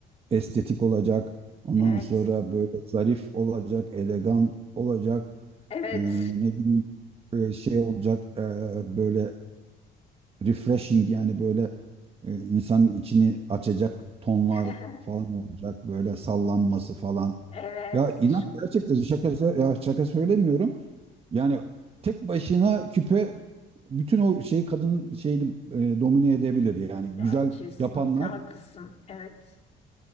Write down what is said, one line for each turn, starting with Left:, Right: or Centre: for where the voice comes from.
Right: estetik olacak. Ondan
Left: Evet.
Right: sonra böyle zarif olacak, elegant olacak.
Left: Evet.
Right: Ee, ne bileyim e, şey olacak e, böyle refreshing yani böyle e, insanın içini açacak tonlar
Left: <laughs>
Right: falan olacak. Böyle sallanması falan.
Left: Evet.
Right: Ya inan gerçekten şaka, sö- ya şaka söylemiyorum. Yani tek başına küpe bütün o şeyi kadının şeyini e, domine edebilir. Yani güzel
Left: Ya kesinlikle
Right: yapanlar
Left: haklısın. Evet.